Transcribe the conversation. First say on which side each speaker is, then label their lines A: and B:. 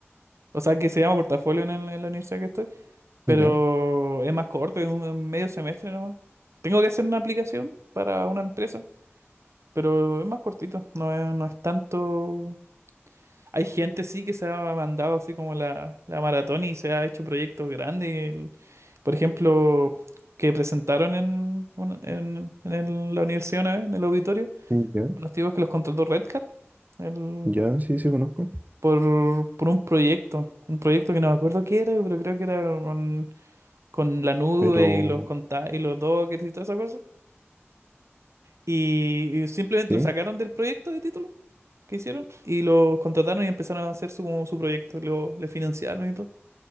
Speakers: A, on the right; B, on the right.
A: O sea, que se llama portafolio en, el- en la universidad que estoy, pero
B: Ya,
A: es más corto, es un es medio semestre nomás. Tengo que hacer una aplicación para una empresa, pero es más cortito, no es, no es tanto, Hay gente sí que se ha mandado así como la, la maratón y se ha hecho proyectos grandes. El- por ejemplo, que presentaron en, una- en, en el- la universidad una vez, en el auditorio,
B: sí, ya,
A: unos tipos que los contrató Red Hat el-
B: ya, sí, sí conozco,
A: por, por un proyecto. Un proyecto que no me acuerdo qué era, pero creo que era con, con la nube
B: pero
A: y los conta- y los dockers y toda esa cosa. Y, y simplemente
B: sí,
A: lo sacaron del proyecto de título que hicieron y los contrataron y empezaron a hacer su, como su proyecto. Lo, le financiaron y todo.